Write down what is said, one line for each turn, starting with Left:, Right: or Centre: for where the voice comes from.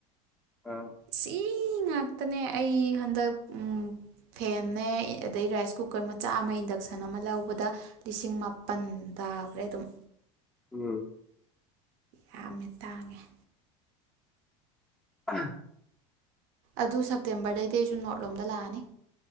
Centre: ꯑꯥ
Right: ꯁꯤ ꯉꯥꯛꯇꯅꯦ ꯑꯩ ꯍꯟꯗꯛ ꯐꯦꯟꯅꯦ ꯑꯗꯩ ꯔꯥꯏꯁ ꯀꯨꯀꯔ ꯃꯆꯥ ꯑꯃ ꯏꯟꯗꯛꯁꯟ ꯑꯃ ꯂꯧꯕꯗ ꯂꯤꯁꯤꯡ ꯃꯥꯄꯜ ꯇꯥꯈ꯭ꯔꯦ ꯑꯗꯨꯝ
Centre: ꯎꯝ
Right: ꯌꯥꯝꯅ ꯇꯥꯡꯉꯦ
Centre: ꯎꯝ
Right: ꯑꯗꯨ ꯁꯦꯞꯇꯦꯝꯕꯔꯗꯩꯗꯤ ꯑꯩꯁꯨ ꯅꯣꯔꯠꯂꯣꯝꯗ ꯂꯥꯛꯑꯅꯤ